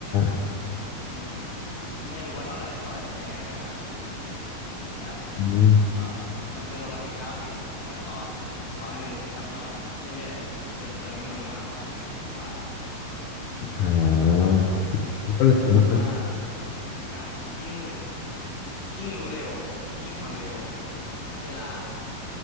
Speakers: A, on the left; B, on the left.
A: า
B: อืมไม่รู้ว่าเท่าไหร่แต่ว่ายังไงก็ชนะแบบ
A: อืม
B: เอ่อมันเคยลงมาถึงเก้าสิบผมก็ช้อนร้อยหนึ่งก็ช้อนเรื่อยๆเลยจนตอนนี้มันประมาณร้อยยี่สิบกว่าๆละ
A: อ่า
B: อืมผมก็เลยคิดว่า
A: ก็รู้สึกว่ามัน
B: อ่ะยิ่งยิ่งรู้เร็วยิ่งทำเร็วเวลา